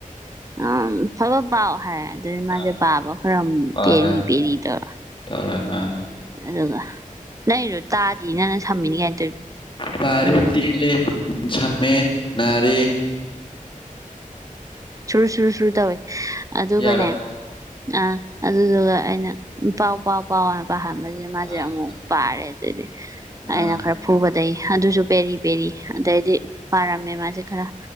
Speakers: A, on the right; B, on the left.
A: ꯑꯥ ꯐꯕꯠ ꯄꯥꯎ ꯍꯥꯏꯔ ꯃꯥꯁꯦ
B: ꯑꯥ
A: ꯄꯥꯕ ꯈꯔ
B: ꯄꯥꯔꯦ
A: ꯄꯦꯔꯤ ꯄꯦꯔꯤ ꯇꯧꯔ
B: ꯇꯧꯔꯦ ꯑꯥ
A: ꯑꯗꯨꯒ ꯅꯪꯒꯤꯗꯣ ꯇꯥꯗꯤꯌꯦ ꯅꯪꯅ ꯁꯝꯃꯤꯅꯦ ꯀꯥꯏꯅ ꯇꯧꯔꯤꯗꯣ
B: ꯄꯥꯔꯦ
A: ꯑꯗꯨꯒ
B: ꯇꯂꯂꯦ ꯁꯝꯃꯦ ꯅꯔꯦ
A: ꯁꯨꯔ ꯁꯨꯔꯨ ꯁꯨꯔꯨ ꯇꯧꯋꯦ ꯑꯗꯨꯒꯅꯦ
B: ꯌꯥꯔꯕꯣ
A: ꯑꯥ ꯑꯗꯨꯗꯨꯒ ꯑꯩꯅ ꯄꯥꯎ ꯄꯥꯎ ꯄꯥꯎ ꯄꯥꯍꯟꯕ ꯁꯤꯗ ꯃꯥꯁꯦ
B: ꯄꯥꯍꯜꯂꯦ
A: ꯑꯃꯨꯛ
B: ꯄꯥꯍꯜꯂꯦ
A: ꯄꯥꯔꯦ ꯑꯗꯨꯗꯩꯩꯗꯤ
B: ꯑꯥ
A: ꯑꯩꯅ ꯈꯔ ꯐꯨꯕꯗꯩ ꯑꯗꯨꯁꯨ ꯄꯦꯔꯤ ꯄꯦꯔꯤ ꯑꯗꯩꯗꯤ ꯄꯥꯔꯝꯃꯦ ꯃꯥꯁꯦ ꯈꯔ